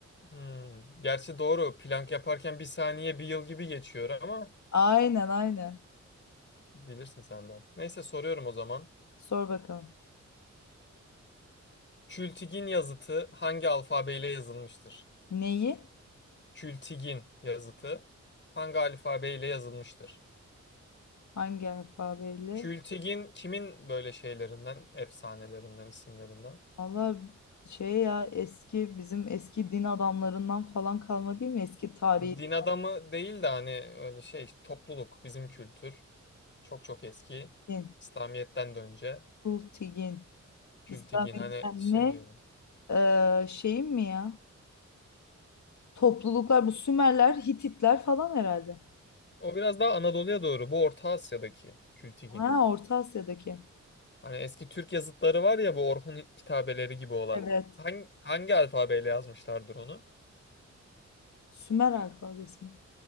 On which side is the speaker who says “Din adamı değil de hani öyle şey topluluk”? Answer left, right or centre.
Left